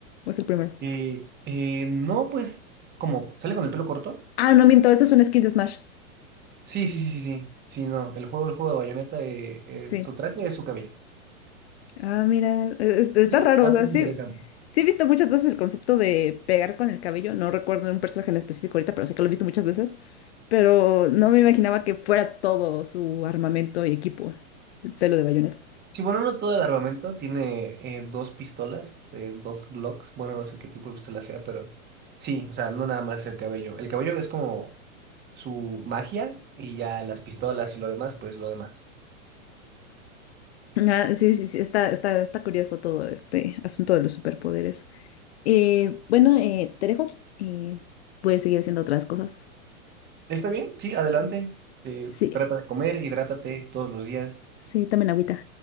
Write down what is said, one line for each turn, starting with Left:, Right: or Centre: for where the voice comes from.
Left: ¿O es el primero?
Right: Eh, eh, no, pues, como, ¿sale con el pelo corto?
Left: Ah, no miento, eso es un skin de Smash.
Right: Sí, sí, sí, sí, sí. Sí, no. El juego, el juego de Bayonetta, eh, eh,
Left: Sí.
Right: su traje es su cabello.
Left: Ah, mira, es- está
Right: Sí,
Left: raro,
Right: datos
Left: o sea, sí,
Right: interesantes.
Left: sí he visto muchas veces el concepto de pegar con el cabello, no recuerdo un personaje en específico ahorita, pero sé que lo he visto muchas veces, pero no me imaginaba que fuera todo su armamento y equipo, el pelo de Bayonetta.
Right: Sí, bueno, no todo el armamento. Tiene eh, dos pistolas, eh, dos Glocks. Bueno, no sé qué tipo de pistola sea, pero sí, o sea, no nada más el cabello. El cabello es como su magia y ya las pistolas y lo demás, pues lo demás.
Left: Ah, sí, sí, sí, está, está, está curioso todo este asunto de los superpoderes. Eh, bueno, eh, te dejo. Eh, puedes seguir haciendo otras cosas.
Right: ¿Está bien? Sí, adelante. Eh,
Left: Sí,
Right: trata de comer, hidrátate todos los días.
Left: sí, también agüita.